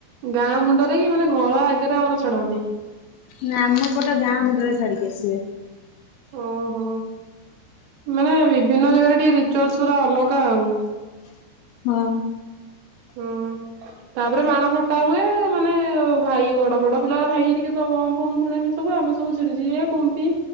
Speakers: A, on the right (about 80°); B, on the left (about 75°).
A: ଗାଁ, ମୁଣ୍ଡରେ କି, ମାନେ ଘର ଆଗରେ ଆମର ଛାଡନ୍ତି।
B: ନା, ଆମ ପଟେ ଗାଁ ମୁଣ୍ଡରେ ଛାଡିକି ଆସିବେ।
A: ଓହୋ! ମାନେ ବିଭିନ୍ନ ଜାଗାରେ ଟିକେ ରିଚୁଆଲସ୍ ପୁରା ଅଲଗା ଆଉ।
B: ହଁ।
A: ହଁ। ତାପରେ ବାଣ ଫଟା ହୁଏ ମାନେ ଭାଇ ବଡ ବଡ ପିଲା ଭାଇ ହେରିକା ସବୁ ବମ ଫମ ଫୁଟାନ୍ତି ସବୁ। ଆମେ ସବୁ ସେଟି ଯିଏ କୁମ୍ପି